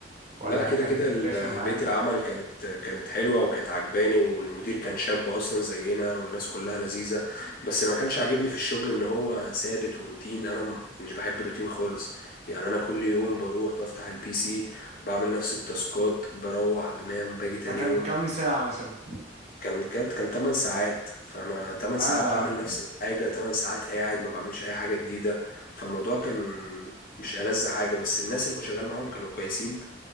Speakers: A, on the right (about 35°); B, on the left (about 50°).
A: ولا
B: لا كده
A: كان
B: كده ال-
A: رخم معاك
B: بيئة العمل كانت كانت حلوة وكانت عجباني والمدير كان شاب أصلا زينا والناس كلها لذيذة بس اللي ما كانش عاجبني في الشغل إن هو ثابت وروتين أنا م- مش بحب الروتين خالص يعني أنا كل يوم بروح بفتح البي سي بعمل نفس التاسكات بروح بنام باجي تاني
A: ده كان
B: يوم
A: كام ساعة مثلا
B: كان كانت كان 8 ساعات فانا 8
A: اه
B: ساعات بعمل نفس الحاجه 8 ساعات قاعد ما بعملش اي حاجه جديده فالموضوع كان مش ألذ حاجه بس الناس اللي كنت شغال معاهم كانوا كويسين